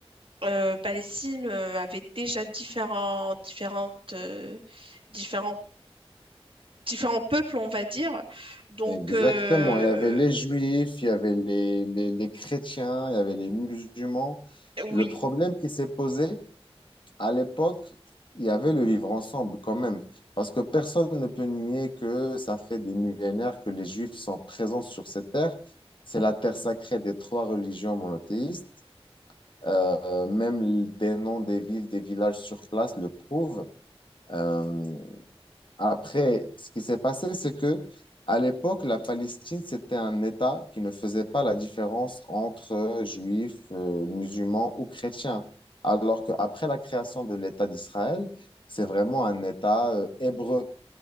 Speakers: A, on the right (about 60°); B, on the left (about 55°).
A: Euh, Palestine euh, avait déjà différents, différentes, euh, différents, différents peuples, on va dire. Donc,
B: Exactement.
A: euh,
B: Il y avait les juifs, il y avait les, les, les chrétiens, il y avait les musulmans.
A: oui.
B: Le problème qui s'est posé, à l'époque, il y avait le vivre ensemble quand même, parce que personne ne peut nier que ça fait des millénaires que les Juifs sont présents sur cette terre. C'est la terre sacrée des trois religions monothéistes. Euh, même des noms des villes, des villages sur place le prouvent. Euh, après, ce qui s'est passé, c'est que à l'époque, la Palestine, c'était un État qui ne faisait pas la différence entre euh, juifs, euh, musulmans ou chrétiens. Alors qu'après la création de l'État d'Israël, c'est vraiment un État euh, hébreu.